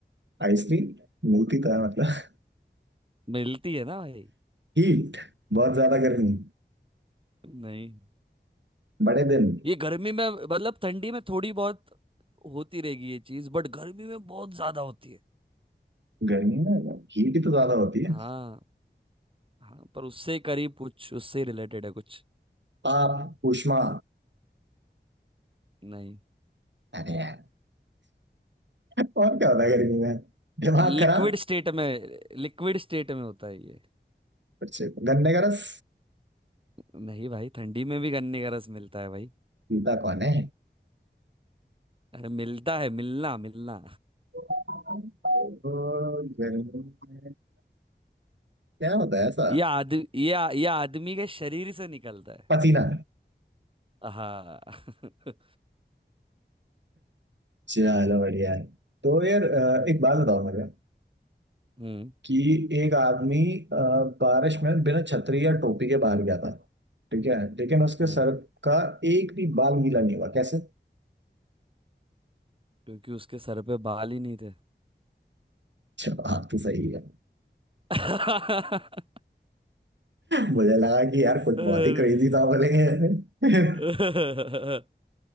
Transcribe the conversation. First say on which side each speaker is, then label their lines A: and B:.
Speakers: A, on the right; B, on the right.
A: आइसक्रीम मिलती तो है मतलब
B: मिलती है ना भाई
A: हीट बहुत ज्यादा गर्मी
B: नहीं
A: बड़े दिन
B: ये गर्मी में मतलब ठंडी में थोड़ी बहुत होती रहेगी ये चीज बट गर्मी में बहुत ज्यादा होती है
A: गर्मी में हीट ही तो ज्यादा होती है
B: हाँ हाँ पर उससे करीब कुछ उससे रिलेटेड है कुछ
A: आप ऊष्मा
B: नहीं
A: अरे यार और क्या होता है गर्मी में दिमाग
B: लिक्विड
A: खराब
B: स्टेट में लिक्विड स्टेट में होता है ये
A: कुछ गन्ने का रस
B: नहीं भाई ठंडी में भी गन्ने का रस मिलता है भाई
A: गीता कौन है
B: अरे मिलता है मिलना मिलना
A: तो गर्मी में क्या होता है ऐसा
B: ये आदमी ये ये आदमी के शरीर से निकलता है
A: पसीना
B: हाँ <laughs>
A: चलो बढ़िया है तो यार अ,
B: हम्म
A: एक बात बताओ मुझे
B: हम्म
A: कि एक आदमी अ, बारिश में बिना छतरी या टोपी के बाहर गया था ठीक है लेकिन उसके
B: हम्म
A: सर का एक भी बाल गीला नहीं हुआ कैसे
B: क्योंकि उसके सर पे बाल ही नहीं थे
A: जवाब तो सही है
B: <laughs>
A: मुझे लगा कि यार कुछ
B: अरे।
A: बहुत ही क्रेजी था बोलेंगे
B: अ,
A: <laughs>